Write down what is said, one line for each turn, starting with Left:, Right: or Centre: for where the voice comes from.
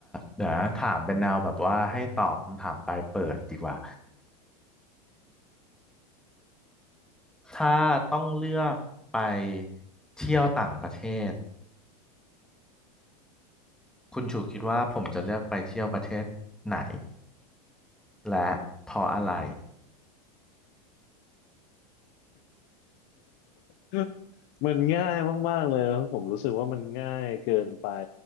Centre: เดี๋ยวนะถามเป็นแนวแบบว่าให้ตอบคำถามปลายเปิดดีกว่าถ้าต้องเลือกไปเที่ยวต่างประเทศคุณชูคิดว่าผมจะเลือกไปเที่ยวประเทศไหนและเพราะอะไร
Left: <laughs> มันง่ายมากๆเลยนะผมรู้สึกว่ามันง่ายเกินไป